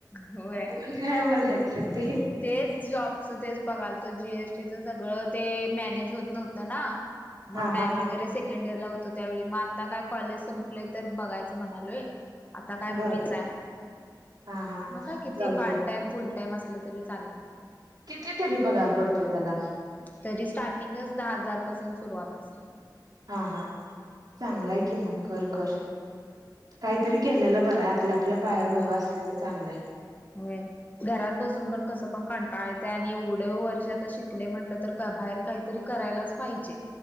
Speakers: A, on the left; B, on the right.
A: होय
B: बोल काय बोलायचं ते.
A: तेच जॉबचं तेच बघालतो. जीएसटीचं सगळं ते मॅनेज होत नव्हतं ना?
B: हा
A: मग टाइम
B: हा हा
A: वगैरे सेकंड इयर ला होतो त्यावेळी म आता काय कॉलेज संपलंय तर बघायचं म्हणालोय. आता काय
B: बर
A: फ्री च हाय.
B: हा हा.
A: मग काय किती
B: जाऊ
A: पार्ट
B: दे
A: टाइम फुल टाइम असलं तरी चालेल.
B: किती तरी पगार पडतोय त्येला.
A: तरी स्टार्टिंगच दहा हजारपासून सुरुवात असतय.
B: हा हा चांगलाय की मग कर कर. काहीतरी केलेलं बरं आहे. आपल्या आपल्या पायावर
A: होय
B: उभं असलेलं चांगलाय.
A: होय. घरात बसून पण कसं पण कंटाळा येतय. आणि एवढ वर्ष आता शिकले म्हटलं तर क बाहेर काहीतरी करायलाच पाहिजे.